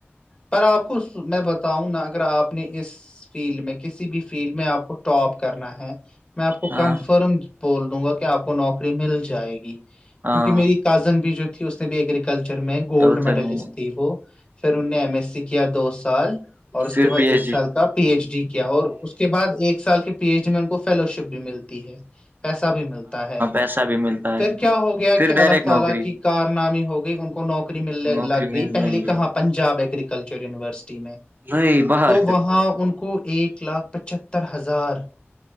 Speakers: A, on the left; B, on the right.
A: پر آپ کو میں بتا ہوں نہا اگر آپ نے اس فیلڈ میں کسی بھی فیلڈ میں آپ کو ٹاپ کرنا ہے میں آپ کو
B: ہاں
A: کنفرم بول دوں گا کہ آپ کو نوکری مل جائے گی کیونکہ
B: ہاں
A: میری کازن بھی جو تھی اس نے بھی ایگرییکلچر میں گولڈ
B: کلچر
A: میڈلسٹ
B: میں
A: تھی وہ پھر ان نے ایم ایس سی کیا دو سال اور اس
B: پھر
A: کے بعد
B: پی ایچ
A: ایک
B: ڈی
A: سال کا پی ایچ ڈی کیا اور اس کے بعد ایک سال کے پی ایچ ڈی میں ان کو فیلو شپ بھی ملتی ہے پیسا بھی ملتا ہے
B: ایسا بھی ملتا
A: پھر
B: ہے
A: کیا ہو گیا
B: پھر
A: کہ
B: ڈائریکٹ
A: اللہ تعالا
B: نوکری
A: کی کارنامے ہو گئی ان کو نوکری ملنے
B: نوکری
A: لگ
B: میں
A: گئی پہل
B: لیں گے
A: کہاں پنجاب ایگرییکلچر یونیورسٹی میں
B: نہیں باہر
A: تو
B: پھر
A: وہاں ان کو ایک لاکھ پچہتر ہزار